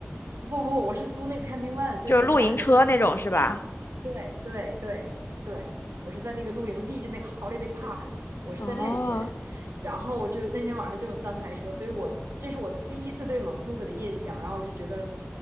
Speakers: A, on the right (about 80°); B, on the left (about 55°).
A: 不不，我是租那个 camping van，所以我是晚上在那个露营地。
B: 就是露营车那种，是吧？
A: 对对对对，我是在那个露营地，就那个 holiday park，我是在那里边。
B: 哦，
A: 然后就那天晚上就有三台车，所以我这是我第一次对蒙库克的印象。然后我就觉得，